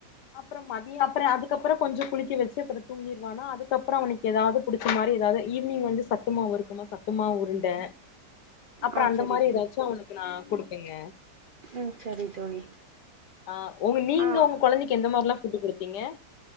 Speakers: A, on the left (about 75°); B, on the right (about 70°).
A: அப்ற மதிய அப்ற அதுக்கப்பற கொஞ்சோ குளிக்க வச்சு அப்ற தூங்கிருவானா அதுக்கப்பற அவன எதாவது புடிச்ச மாரி எதாவது ஈவினிங் வந்து சத்துமாவ் இருக்குமா சத்துமாவ் உருண்ட அப்பற
B: ஆ
A: அந்த
B: சரி
A: மாரி
B: தோழி
A: எதாச்சு அவனுக்கு நா குடுப்பேங்க
B: ம் சரி தோழி
A: ஆ உங்க நீங்க
B: ஆ
A: உங்க கொழந்தைக்கு எந்த மாரில்லா ஃபுட்டு குடுத்தீங்கா